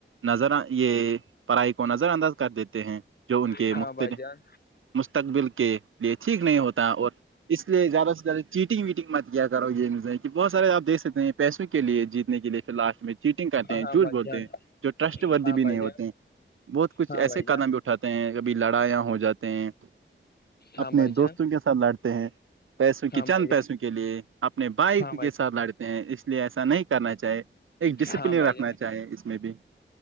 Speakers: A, on the right (about 80°); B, on the left (about 50°).
A: نظر یہ پڑھائی کو نظر انداز کر دیتے ہیں جو ان کے
B: ہاں
A: مختلف
B: بھائی جان
A: مستقبل کے لیے ٹھیک نہیں ہوتا اور اس لیے زیادہ سے زیادہ چیٹنگ ویٹنگ مت کیا کرو یہ نز کہ بہت سارے آ دیک سکتے ہیں پیسوں کے لیے جیتنے کے لیے پھر لاسٹ میں چیٹنگ کرتے
B: ہاں
A: ہیں جھوٹ
B: بھائی
A: بولتے
B: جان
A: ہیں جو ٹرسٹ وردی
B: ہاں
A: بھی
B: بھائی
A: نہیں ہوتے
B: جان
A: ہیں بہت کچھ
B: ہاں
A: ایسے
B: بھائی جان
A: قدم بھی اٹھاتے ہیں کبھی لڑایاں ہو جاتے ہیں
B: ہاں
A: اپنے
B: بھائی جان
A: دوستوں کے سھ سات لڑتے ہیں پیسوں
B: ہاں
A: کے چند
B: بھائی
A: پیسوں
B: جان
A: کے لیے اپنے بائک
B: ہاں بھائی جان ہاں بھائی
A: کے ساتھ لڑتے اس لیے ایسا نہیں کرنا چاہے ایک ڈسپلین
B: ہاں بھائی
A: رکھنا
B: جان
A: چاہے اس میں بھی